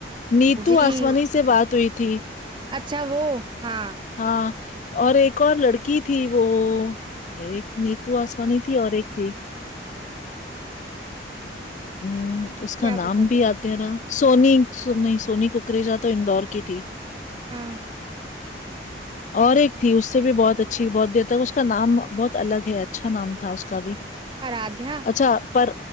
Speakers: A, on the left (about 40°); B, on the right (about 25°).
A: नीतू
B: जी
A: आसवानी से बात हुई थी।
B: अच्छा वो हा।
A: हा, और एक और लड़की थी वो। नीतू आसवानी थी और एक थी। हम्म, उसका
B: क्या
A: नाम
B: पता कौन
A: भी <unintelligible>
B: सी
A: सोनी, नहीं सोनी कुकरेजा तो इंदौर की थी।
B: हा
A: <inaudible> और एक थी उसे भी बहुत अच्छी बहुत देर तक उसका नाम बहुत अलग है, अच्छा नाम था उसका भी
B: आराध्या
A: अच्छा पर